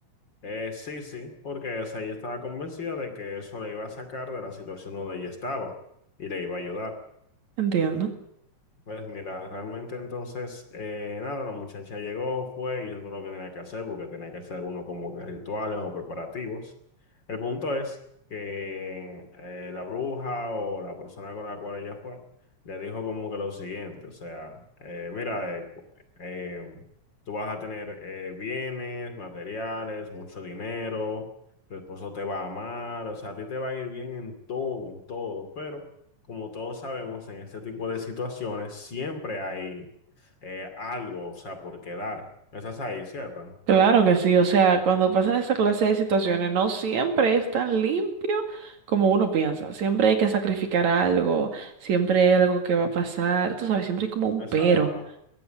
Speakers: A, on the left; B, on the right.
A: Eh, sí, sí, porque o sea, ella estaba convencida de que eso le iba a sacar de la situación donde ella estaba y le iba a ayudar.
B: Entiendo.
A: Pues mira, realmente entonces, eh, nada, la muchacha llegó, fue, hizo todo lo que tenía que hacer, porque tenía que hacer algunos como que rituales o preparativos. El punto es que eh, la bruja o la persona con la cual ella fue, le dijo como que lo siguiente, o sea, eh, mira, eh, eh, tú vas a tener eh, bienes, materiales, mucho dinero, tu esposo te va a amar, o sea, a ti te va a ir bien en todo, en todo, pero... Como todos sabemos, en este tipo de situaciones siempre hay eh, algo, o sea, por quedar. Esa es ahí, ¿cierto?
B: Claro que sí, o sea, cuando pasan esa clase de situaciones, no siempre es tan limpio como uno piensa. Siempre hay que sacrificar algo, siempre hay algo que va a pasar, tú sabes, siempre hay como un
A: Exacto,
B: pero.